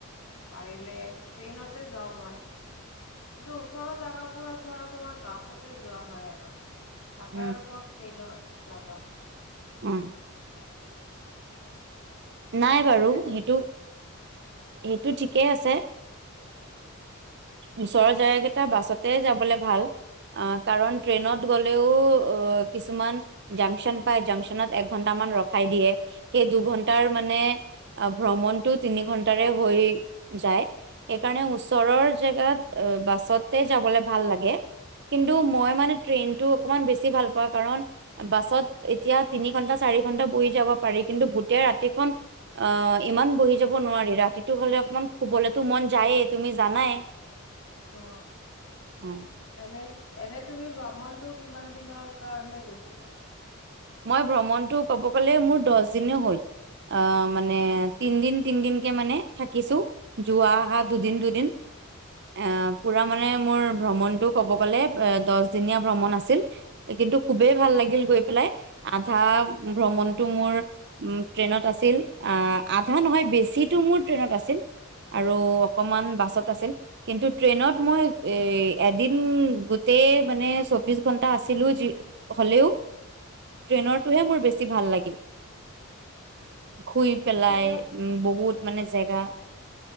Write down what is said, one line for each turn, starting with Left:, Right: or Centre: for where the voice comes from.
Left: পাৰিলে ট্ৰেইনতে যাওঁ মই কিন্তু ওচৰৰ জোগাবোৰত ধৰ তোমাৰ বাছতে যোৱা হয় আৰু তাতে
Right: উম
Left: আৰু ক'ত ট্ৰেইনত যাবা
Right: উম
Left: <unintelligible>
Right: নাই বাৰু
Left: এনেতো
Right: সেইটো সেইটো ঠিকেই আছে ওচৰ জাগ কেইটা বাছতে যাবলে ভাল আহ কাৰণ ট্ৰেইনত গলেও অ কিছুমান জাংচন পায় জাংচনত একঘন্টামান ৰখাই দিয়ে সেই দুঘন্টা াৰ মানে ভ্ৰমণতটো তিনি ঘন্টাৰে হৈ যায় সেইকাৰণে ওচৰৰ জেগাত বাছতে যাবলে ভাল লাগে কিন্তু মই মানে ট্ৰেইনতটো অকমান বেছি ভাল পা কাৰণ বাছত এতিয়া তিনি ঘন্টা চাৰি ঘন্টা বহি যাব পাৰি কিন্তু গোটেই ৰাতি ৰাতিখনন অহ ইমান বহি যাব নোৱাৰি ৰাতিটো হ'লে অকমান শুবলৈতো মন যায়েই তুমি জানাই
Left: অ
Right: অ
Left: এনে এনে তুমি ভ্ৰমণটো কিমান দিনৰ কাৰণে গৈছিলা
Right: মই ভ্ৰমণটো কব গ'লে মোৰ দহ দনে হল আহ মানে তিনদিন তিনদিনকে মানে থাকিছো যোৱা অহা
Left: অ
Right: দুদিন
Left: অ
Right: দুদিন অ পুৰা মানে মোৰ ভ্ৰমণতটো কব গলে দহ দিনীয়া ভ্ৰমণ আছিল কিন্তু খুবেই ভাল লাগিল গৈ পেলাই আধা ভ্ৰমণটো মোৰ ট্ৰেইনত আছিল আহ আধা নহয় বেছিো মোৰ ট্ৰেইনত আছিল আৰু অকমান বাছত আছিল কিন্তু ট্ৰেইনত মই এ এদিন গোটেই মানে চৌবিশ ঘন্টা আছিলো যি হলেও ট্ৰেইনৰটোহে মোৰ বেছি ভাল লাগিল শুই পেলাই
Left: ট্ৰেইনত
Right: উ বহুত মানে জেগা